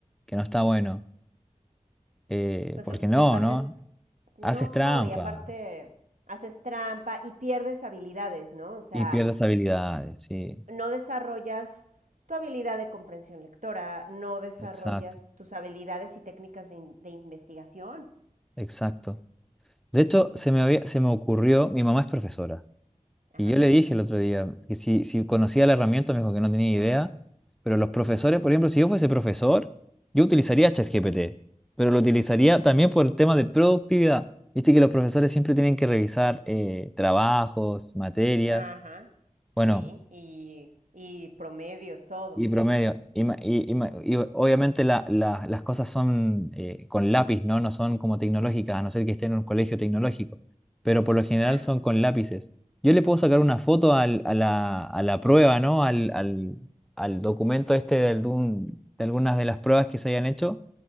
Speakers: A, in the centre; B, on the right.
A: que no está bueno. Eh,
B: Pues
A: porque
B: lo que
A: no,
B: pasa
A: ¿no?
B: es, no,
A: Haces trampa
B: y aparte haces trampa y pierdes habilidades, ¿no? O sea,
A: y pierdes habilidades, sí.
B: no desarrollas tu habilidad de comprensión lectora, no desarrollas
A: Exacto,
B: tus habilidades y técnicas de, in- de investigación.
A: exacto. De hecho, se me había- se me ocurrió, mi mamá es profesora.
B: Ajá.
A: Y yo le dije el otro día que si, si conocía la herramienta, me dijo que no tenía idea, pero los profesores,
B: ujú,
A: por ejemplo, si yo fuese profesor, yo utilizaría ChatGPT, pero lo utilizaría también por el tema de productividad. Viste que los profesores siempre tienen que revisar eh, trabajos, materias.
B: Ajá.
A: Bueno,
B: Sí. Y, y promedios, todo,
A: y
B: sí.
A: promedio. Y, ma- y- y ma- y obviamente la- la- las cosas son eh, con lápiz, ¿no? No son como tecnológicas, a no ser que esté en un colegio tecnológico. Pero por lo general
B: Ajá.
A: son con lápices. Yo le puedo sacar una foto al- a la, a la prueba, ¿no? Al, al- al documento este de, algún- de algunas de las pruebas que se hayan hecho.